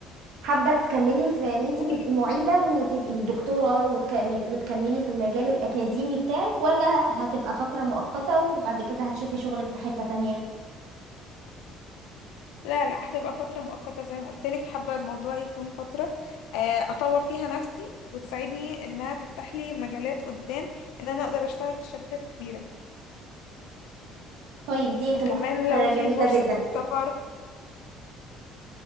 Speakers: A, on the right (about 75°); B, on the left (about 85°).
A: حابة تكملي في ان انت
B: قولي
A: تبقي معيدة وتبقي دكتورة وتك- وتكملي في المجال الأكاديمي بتاعك ولا هتبقى فترة مؤقتة وبعد كده هتشوفي شغلك في حتة تانية
B: لا لا هتبقى فترة مؤقتة زي ما قلت لك حابة الموضوع يكون فترة آه، اطور فيها نفسي وتساعدني انها تفتح لي مجالات قدام ان انا اقدر اشتغل في شركات كبيرة
A: طيب دي طموحات
B: وكمان لو
A: جميلة
B: في فرصة
A: جدا
B: سفر